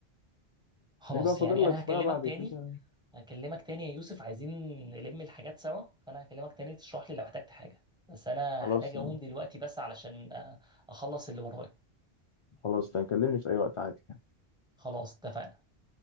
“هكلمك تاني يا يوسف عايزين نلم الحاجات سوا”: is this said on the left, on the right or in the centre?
Centre